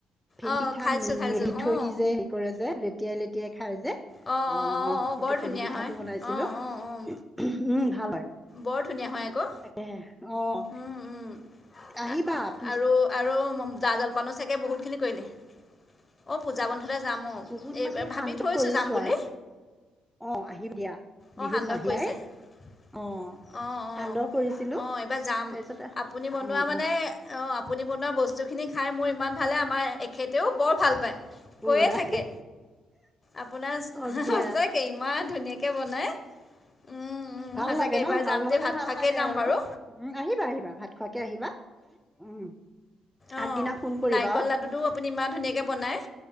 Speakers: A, in the centre; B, on the left.
A: ফেন
B: অঁ
A: পিঠা
B: খাইছোঁ
A: মি-মি-মিথৈ
B: খাইছোঁ অঁ
A: দি যে সেই কৰে যে লেটিয়াই লেতিয়াই খাই যে।
B: অঁ
A: অ',
B: অঁ অঁ অঁ
A: সেইটো
B: বৰ ধুনীয়া
A: ফেনী পিঠাটো
B: হয়
A: বনাইছিলোঁ‌,
B: অঁ অঁ অঁ
A: উমঁ‌ ভাল হয়।
B: বৰ ধুনীয়া হয় আকৌ।
A: তাকেহে অ',
B: উম, উম।
A: আহিবা
B: আ-
A: পূজ
B: আৰু আৰু ম জা-জলপানো চাগে বহুতখিনি কৰিলে? অ', পূজা বন্ধতে যাম অ',
A: বহুত
B: এই
A: মানে
B: ভাবি
A: সান্দহ
B: থৈছোঁ
A: কৰিছো
B: যাম বুলি।
A: আৰু অ', আহিম দিয়া।
B: অ',
A: বিহুত
B: সান্দহ
A: নাহিলাই
B: কৰিছে। অ'-অ',
A: অ সান্দহ কৰিছিলো
B: অ', এইবাৰ যাম,
A: তাৰপিছত
B: আপুনি বনোৱা
A: অ
B: মানে
A: অ
B: অ', আপুনি বনোৱা বস্তুখিনি খাই মোৰ ইমান ভাল লাগে, আমাৰ এখেতেও বৰ ভাল পায়। কৈয়ে
A: উৱা
B: থাকে, আপোনাৰ স-সচাকে।
A: হওক দিয়া
B: ইমান ধুনীয়াকে বনাই, উম। উম,
A: ভাল
B: সঁচাকৈ
A: লাগে
B: এইবাৰ
A: ন? ভাল
B: যাম
A: নহ'লে
B: দেই ভাত
A: ভাল
B: খোৱাকৈ
A: লাগে
B: যাম
A: আৰু
B: বাৰু
A: উম, আহিবা আহিবা ভাত খোৱাকে আহিবা। উম।
B: অ',
A: আগদিনা ফোন কৰিবা
B: নাৰিকল
A: অ
B: লাডুটো আপুনি ইমান ধুনীয়াকে বনায়।